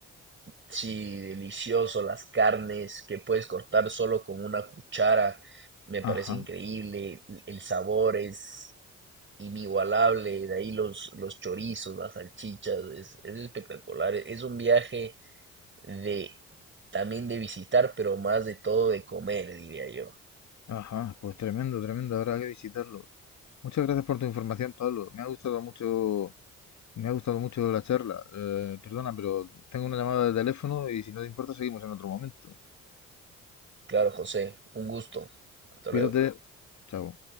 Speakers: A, on the right (about 30°); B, on the left (about 45°).
A: sí, delicioso, las carnes que puedes cortar solo con una cuchara, me
B: Ajá,
A: parece increíble, el el sabor es inigualable, de ahí los, los chorizos, las salchichas, es, es espectacular, es un viaje de también de visitar, pero más de todo de comer, diría yo.
B: ajá, pues tremendo, tremendo, habrá que visitarlo. Muchas gracias por tu información, Pablo. Me ha gustado mucho, me ha gustado mucho la charla. Eh, perdona, pero tengo una llamada de teléfono y si no te importa seguimos en otro momento.
A: Claro, José, un gusto. Hasta
B: Cuídate.
A: luego.
B: Chao.